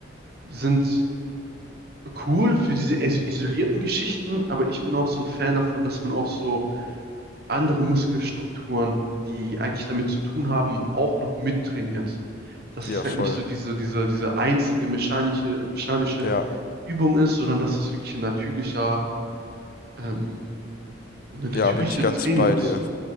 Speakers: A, on the right (about 50°); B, on the left (about 45°).
A: sind cool für diese is- isolierten Geschichten, aber ich bin auch so ein Fan davon, dass man auch so andere Muskelstrukturen, die eigentlich damit zu tun haben, auch noch mittrainiert. Dass
B: Ja,
A: es halt
B: voll.
A: nicht so diese, diese, diese einzige mechanische, mechanische
B: Ja,
A: Übung ist, sondern dass es wirklich ein natürlicher, ähm, ein natürliches
B: ja, bin ich ganz
A: Training
B: bei
A: ist.
B: dir.